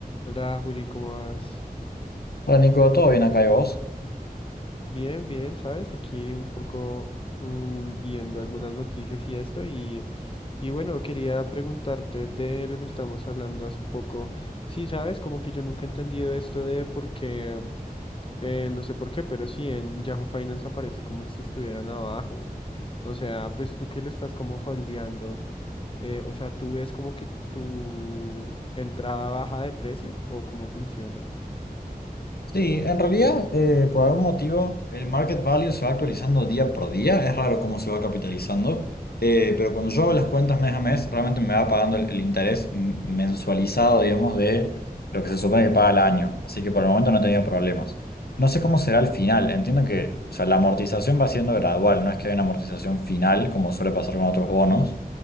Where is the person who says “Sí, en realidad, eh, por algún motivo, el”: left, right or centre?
Left